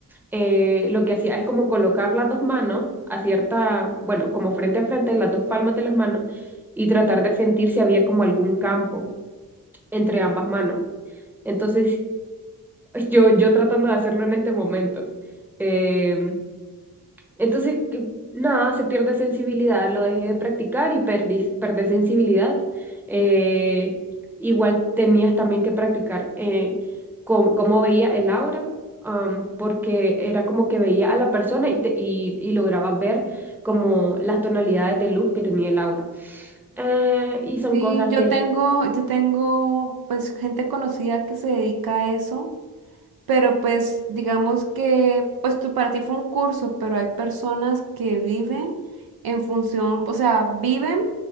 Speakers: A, in the centre; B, on the right (about 70°).
A: eh, lo que hacía es como colocar las dos manos a cierta, bueno, como frente a frente, las dos palmas de las manos, y tratar
B: Ujú.
A: de sentir si había como algún campo entre ambas manos. Entonces, <laughs> yo, yo tratando de hacerlo en este momento. em, entonces, que- nada, se pierde sensibilidad, lo dejé de practicar y perdí, perdí sensibilidad. Eh, igual tenías también que practicar eh, cómo, cómo veía el aura, am, porque era como que veía a la persona y, te- y, y lograba ver como las tonalidades de luz que tenía el aura. Eh, y son
B: Sí,
A: cosas
B: yo
A: que,
B: tengo, yo tengo, pues, gente conocida que se dedica a eso. Pero pues digamos que pues tú para ti fue un curso, pero hay personas que viven en función, o sea, viven